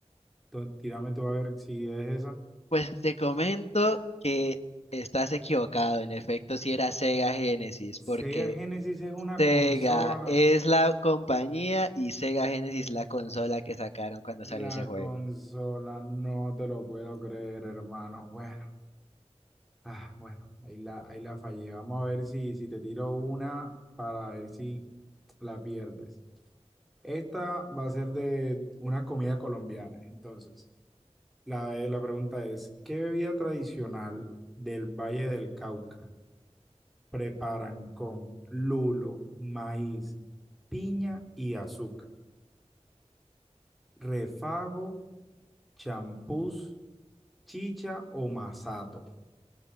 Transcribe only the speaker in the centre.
Tú- tírame tú a ver si es esa.
Sega
Genesis es una
consola.
La
consola, no te lo puedo creer, hermano. Bueno, ah, bueno, ahí la, ahí la fallé. Vamos a ver si, si te tiro una para ver si la pierdes. Esta va a ser de una comida colombiana. Entonces, la, eh, la pregunta es, ¿qué bebida tradicional del Valle del Cauca preparan con lulo, maíz, piña y azúcar? ¿Refajo, champús, chicha o masato?